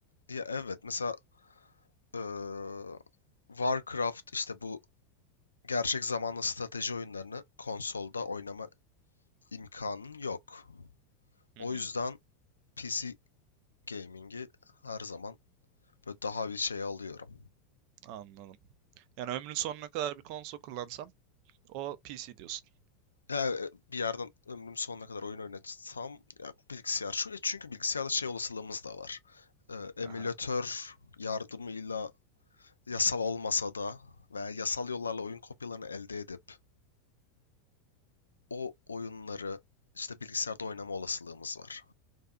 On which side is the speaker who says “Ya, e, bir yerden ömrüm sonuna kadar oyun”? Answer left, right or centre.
Left